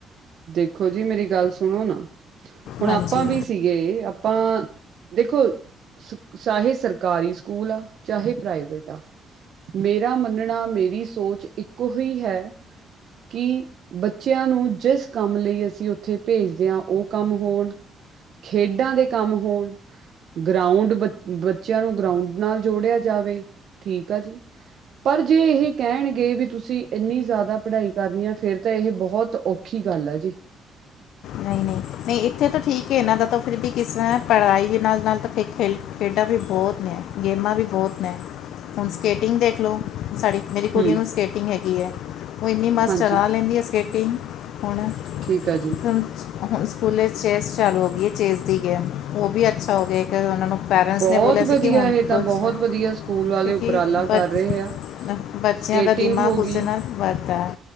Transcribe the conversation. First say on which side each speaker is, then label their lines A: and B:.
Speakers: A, on the right; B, on the left.
A: ਦੇਖੋ ਜੀ ਮੇਰੀ ਗੱਲ ਸੁਣੋ ਨਾ, ਹੁਣ
B: ਹਾਂਜੀ
A: ਆਪਾਂ ਵੀ ਸੀਗੇ ਪਾ ਦੇਖੋ ਚਾਹੇ ਸਰਕਾਰੀ ਸਕੂਲ ਆ, ਚਾਹੇ ਪ੍ਰਾਈਵੇਟ ਆ ਮੇਰਾ ਮੰਨਣਾ, ਮੇਰੀ ਸੋਚ, ਇੱਕੋ ਹੀ ਹੈ ਕੀ ਬੱਚਿਆਂ ਨੂੰ ਜਿਸ ਕੰਮ ਲਈ ਅਸੀ ਓਥੇ ਭੇਜਦੇ ਆ ਓ ਕੰਮ ਹੋਨ, ਖੇਡਾਂ ਦੇ ਕੰਮ ਹੋਨ ਗਰਾਊਂਡ ਬ ਬੱਚਿਆਂ ਨੂੰ ਗਰਾਊਂਡ ਨਾਲ ਜੋੜਆ ਜਾਵੇ, ਠੀਕ ਆ ਜੀ। ਪਰ ਜੇ ਇਹੈ ਕੈਣਗੇ ਵੀ ਤੁਸੀ ਇੰਨੀ ਜ਼ਆਦਾ ਪੜਾਈ ਕਰਨੀ ਆ, ਫੇਰ ਤੇ ਏਹ ਬੋਹਤ ਔਖੀ ਕੀ ਗੱਲ ਆ ਜੀ।
B: ਨਈ-ਨਈ। ਨਈ ਐਥੇ ਤਾਂ ਠੀਕ ਏ ਏਨਾ ਦਾ ਤਾ ਫਿਰ ਵੀ ਕਿਸਰਾ ਪੜਾਈ ਵੀ ਨਾਲ-ਨਾਲ ਤਾ ਖੇ-ਖੇਲ-ਖੇਡਾਂ ਵੀ ਬੋਤ ਨੇ ਗੇਮਾ ਵੀ ਬੋਤ ਨੇ। ਹੁਨ ਸਕੇਟਿੰਗ ਦੇਖ ਲੋ ਸਾਡੀ ਮੇਰੀ ਕੁੜੀਆ
A: ਹਮ
B: ਨੂੰ ਸਕੇਟਿੰਗ ਹੈਗੀ ਏ। ਓ ਏਨੀ ਮਸਤ
A: ਹਾਂਜੀ
B: ਚਲਾ ਲੈਂਦੀ ਐ ਸਕੇਟਿੰਗ ਹੁਣ
A: ਠੀਕ ਆ ਜੀ
B: ਹੂੰ ਹੁਨ ਸਕੂਲੇ ਚੈਸ ਚਾਲੂ ਹੋ ਗਈ ਏ ਚੇਸ ਦੀ ਗੇਮ ਓ ਵੀ ਅੱਛਾ ਹੋ ਗੇ ਓਹਨਾ ਨੂ ਪੇਰੈਂਟਸ
A: ਬਹੁਤ
B: ਨੇ ਬੋਲਆ
A: ਵਧੀਆ
B: ਸੀ ਕਿ ਹੁਨ
A: ਇਹ ਤਾਂ
B: <unintelligible>
A: ਬਹੁਤ ਵਧੀਆ ਸਕੂਲ ਵਾਲੇ ਉਪਰਾਲਾ
B: ਕਿ
A: ਕਰ
B: ਬਟ
A: ਰਹੇ ਆ
B: ਬੱਚਿਆਂ
A: ਸਕੇਟਿੰਗ
B: ਦਾ ਦਿਮਾਗ
A: ਹੋ
B: ਉਸ
A: ਗਈ
B: ਦੇ ਨਾਲ ਵਧਦਾ ਐ।